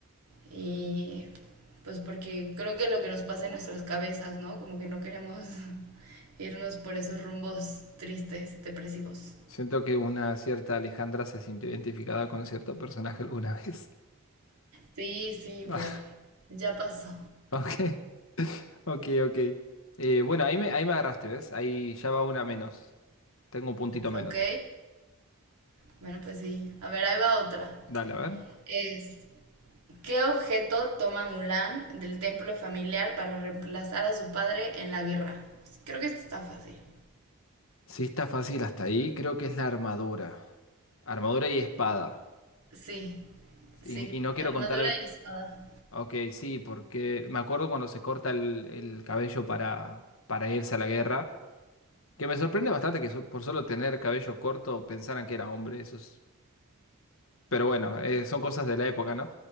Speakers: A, on the right (about 85°); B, on the left (about 60°).
A: Y pues porque creo que es lo que nos pasa en nuestras cabezas, ¿no? Como que no queremos <laughs> irnos por esos rumbos tristes, depresivos.
B: Siento que una cierta Alejandra se sintió identificada con cierto personaje alguna vez.
A: Sí, sí,
B: <laughs>
A: pero ya pasó.
B: Ok, ok, ok. Eh, bueno, ahí me, ahí me agarraste, ¿ves? Ahí ya va una menos. Tengo un puntito menos.
A: ¿Ok? Bueno, pues sí. A ver, ahí va otra.
B: Dale, a ver.
A: Es, ¿qué objeto toma Mulan del templo familiar para reemplazar a su padre en la guerra? Pues, creo que esto está fácil.
B: Si está fácil hasta ahí, creo que es la armadura. Armadura y espada.
A: Sí, sí.
B: Y, y no quiero
A: Armadura
B: contar el...
A: y espada.
B: Ok, sí, porque me acuerdo cuando se corta el, el cabello para, para irse a la guerra. Que me sorprende bastante que so- por solo tener cabello corto pensaran que era hombre. Eso es Pero bueno, eh, son cosas de la época, ¿no?